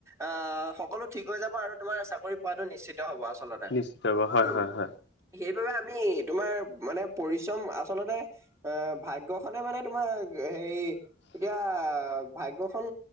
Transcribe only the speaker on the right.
অ', সকলো ঠিক হৈ যাব, আৰু তোমাৰ চাকৰি পোৱাটো নিশ্চিত হ'ব আচলতে।
উম
সেইবাবে, আমি তোমাৰ মানে পৰিশ্ৰম আচলতে অ' ভাগ্যখনে মানে তোমাৰ হেৰি, এতিয়া ভাগ্য খন